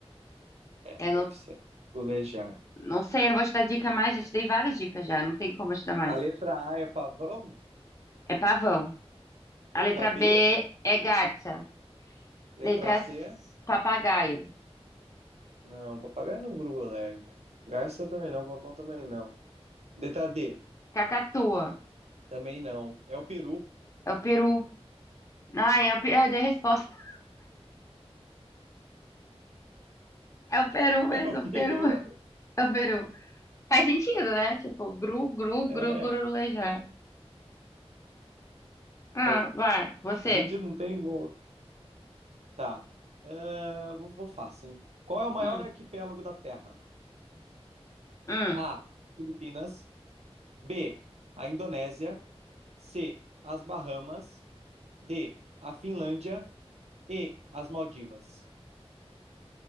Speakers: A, on the right; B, on the left.
A: É,
B: Eu não,
A: deve ser. Grugulejar.
B: não sei, eu não vou te dar dica mais, já te dei várias dicas já, não tem como eu te dar mais.
A: A letra A é pavão?
B: É pavão.
A: Letra
B: A letra
A: B?
B: B é garça.
A: Letra
B: Letra
A: C?
B: C, papagaio.
A: Não, papagaio não gruda alérgico. Garça também não, papão também não. DTD
B: Cacatua.
A: também não. É o peru.
B: É o peru. Ai, é o, pe- eu dei a resposta. <laughs> É o peru
A: <laughs>
B: mesmo,
A: É o
B: é
A: peru
B: o peru.
A: mesmo?
B: É o peru. Faz sentido, né? Tipo, gru, gru,
A: É.
B: gru, gurulejar. Ah,
A: Mas
B: vai, você.
A: a gente não tem. como- Tá. Ah, vou, vou fácil, hein? Qual é o maior
B: Hum,
A: arquipélago da Terra?
B: hum.
A: A. Filipinas. B. A Indonésia. C. As Bahamas. D. A Finlândia. E. As Maldivas.